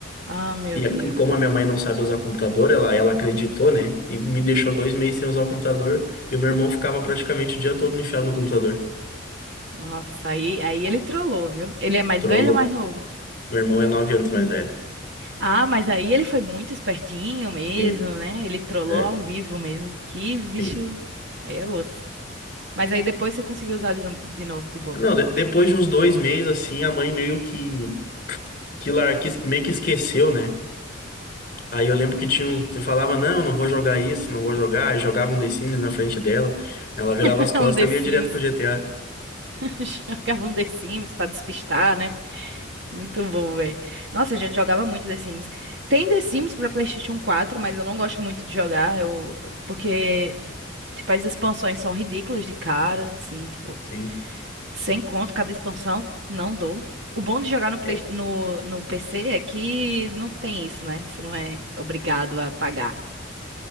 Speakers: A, on the right; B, on the left.
A: Ah, meu
B: E,
A: Deus.
B: a- e como a minha mãe não sabe usar computador, ela, ela acreditou, né? E me deixou dois meses sem usar o computador, e o meu irmão ficava praticamente o dia todo enfiado no computador.
A: Nossa, aí, aí ele trollou, viu? Ele é mais
B: Trollou.
A: velho ou mais novo?
B: Meu irmão é nove anos mais velho.
A: Ah, mas aí ele foi muito espertinho mesmo,
B: Sim,
A: né? Ele trollou
B: é,
A: ao vivo mesmo. Que bicho.
B: sim.
A: Aí é osso. Mas aí depois você conseguiu usar de, no- de novo, de boa.
B: Não, de- depois de uns dois meses, assim, a mãe meio que, que, lar, que meio que esqueceu, né? Aí eu lembro que tinha uns, eu falava, não, não vou jogar isso, não vou jogar, e jogava um The Sims na frente dela, ela virava
A: <laughs>
B: as costas,
A: É Um The
B: eu
A: Sims.
B: ia direto pro GTA.
A: <laughs> Jogava um The Sims pra despistar, né? Muito bom, velho. Nossa, a gente jogava muito The Sims. Tem The Sims pra PlayStation 4, mas eu não gosto muito de jogar. Eu... Porque, tipo, as expansões são ridículas de cara, assim, tipo,
B: Sim.
A: sem conto cada expansão. Não dou. O bom de jogar no, Play-
B: É,
A: no, no PC é que não tem isso, né? Você não é obrigado a pagar.